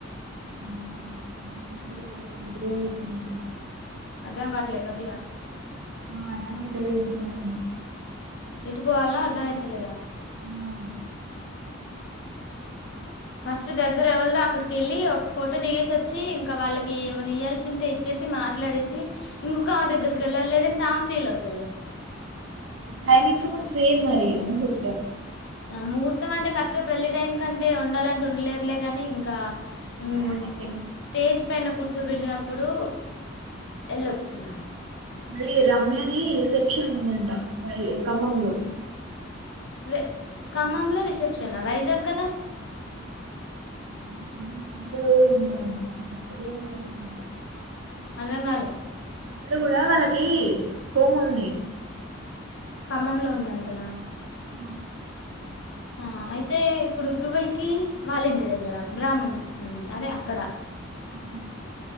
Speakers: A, on the right; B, on the left.
A: <inaudible>
B: అర్ధం కట్లే గట్టిగా
A: ఆ అర్ధం అయితలేదు <unintelligible>
B: ఎటు పోవాల అర్థం అయితలేదా
A: ఆ
B: ఫస్ట్ దగ్గర ఎవ్వలదా అక్కడ కెళ్ళి ఒక ఫోటో దిగేసి వచ్చి ఇంకా వాళ్ళకి ఏమనా ఇయాల్సి ఉంటే ఇచ్చేసి మాట్లాడేసి ఇంగు గొ ఆమె దగ్గరికి వెళ్ళాల లేదంటే ఆమే ఫీల్ అయితది ఇగ
A: టైమింగ్స్ కూడా సేమ్ మరి ముహూర్తం
B: ఆ ముహూర్తం అంటే కక్ట్గా పెళ్ళి టైం కంటే ఉండాలంటే ఉండలేర్లే గాని ఇంకా మ్మ్
A: మార్నింగే
B: మ్మ్ స్టేజ్ పైన కూర్చోబెట్టినప్పుడు వెళ్ళొచ్చు గ
A: మళ్ళీ రమ్యది రిసెప్షన్ ఉందంట మరి ఖమ్మంలో
B: దే ఖమ్మంలో రిసెప్షనా వైజాగ్ కదా
A: ఆ కమ్మం లో <unintelligible> అక్కడ కూడా నైట్ ఉందట
B: అర్ధం గాలే
A: అక్కడ కూడా వాళ్ళకి హోమ్ ఉంది
B: ఖమ్మంలో ఉందంటనా
A: ఆ
B: ఆ అయితే ఇప్పుడు టుల్వ్ కి వాలింటీ దగ్గర బ్రాహ్మణ్ అదే అక్కడ
A: ఆ